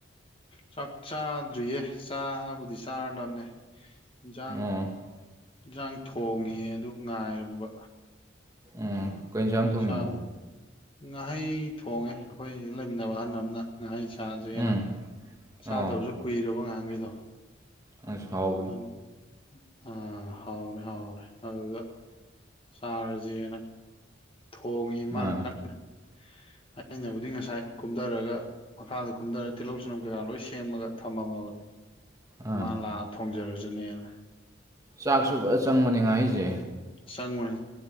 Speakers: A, on the left; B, on the right.
A: ꯆꯥꯛ ꯆꯥꯗ꯭ꯔꯤꯌꯦ ꯆꯥꯕꯨꯗꯤ ꯆꯥꯔꯗꯕꯅꯦ ꯏꯟꯁꯥꯡ
B: ꯑꯣ
A: ꯌꯦꯟꯁꯥꯡ ꯊꯣꯡꯉꯤ ꯑꯗꯨ ꯉꯥꯏꯔꯝꯕ
B: ꯎꯝ ꯀꯩ ꯏꯟꯖꯥꯡ ꯊꯣꯡꯉꯤꯅꯣ
A: ꯆꯥꯡ ꯉꯥꯍꯩ ꯊꯣꯡꯉꯦ ꯑꯩꯈꯣꯏ ꯂꯩꯃꯤꯟꯅꯕ ꯑꯍꯟ ꯑꯃꯅ ꯉꯍꯩ ꯆꯥꯁꯦꯅ
B: ꯎꯝ
A: ꯆꯥꯗꯕꯁꯨ
B: ꯑꯣ
A: ꯀꯨꯏꯔꯕ ꯅꯍꯥꯟꯈꯩꯗꯣ
B: ꯑꯁ ꯍꯥꯎ
A: ꯑꯝ ꯑ ꯍꯥꯎꯕꯅꯦ ꯍꯥꯎꯕꯅꯦ ꯑꯗꯨꯗ ꯆꯥꯔꯁꯦꯅ ꯀꯣꯡꯉꯤ ꯃꯥꯅ
B: ꯑꯥ
A: ꯀꯟꯅ ꯑꯩꯅꯕꯨꯗꯤ ꯉꯁꯥꯏ ꯀꯨꯝꯊꯔꯒ ꯃꯈꯥꯗ ꯀꯨꯝꯊꯔꯒ ꯇꯤꯜꯍꯧ ꯆꯅꯝ ꯀꯩꯀꯥ ꯂꯣꯏ ꯁꯦꯝꯃꯒ ꯊꯝꯃꯝꯃꯕꯅꯦ
B: ꯑꯥ
A: ꯃꯥ ꯂꯥꯛꯑ ꯊꯣꯡꯖꯔꯖꯅꯦꯅ
B: ꯆꯥꯛꯁꯨꯨ ꯐꯖ ꯆꯪꯕꯅꯦ ꯉꯥꯍꯩꯁꯦ
A: ꯆꯪꯕꯅꯦ